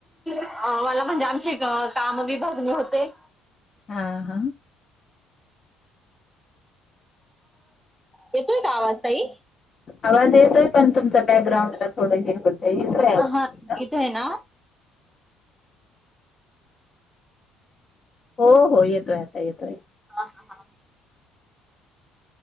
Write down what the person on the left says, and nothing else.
हा हां.
आवाज येतोय पण तुमच बॅकग्राउंड ला थोडं हे होतेय येतोय आवाज
तुमचा.
हो हो येतोय आता येतोय.